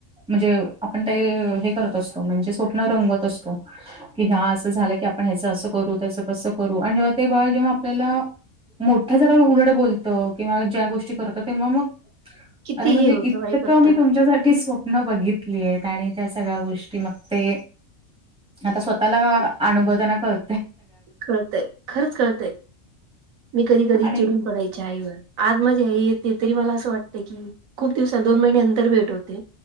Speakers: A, in the centre; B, on the right.
A: म्हणजे आपण ते हे करत असतो म्हणजे स्वप्न रंगवत असतो कि हा असं झालं की आपण ह्याच असं करू त्याच कसं करू आणि जेव्हा ते बाळ जेव्हा आपल्याला मोठ्या झाल्यावर उलट बोलतं किंवा ज्या गोष्टी करतं तेव्हा मग
B: किती
A: अरे म्हणजे
B: हे होतं
A: इतकं
B: वाईट वाटतं
A: मी तुमच्यासाठी स्व प्न बघितली आहेत आणि त्या सगळ्या गोष्टी मग ते आता स्वतःला अनुभवताना कळ..
B: कळतय खरंच कळतय मी कधी कधी
A: आणि
B: चिडून पडायचे आईवर आज माझी आई येते तरी मला असं वाटतं की खूप दिवसा दोन महिन्या अंतर भेट होते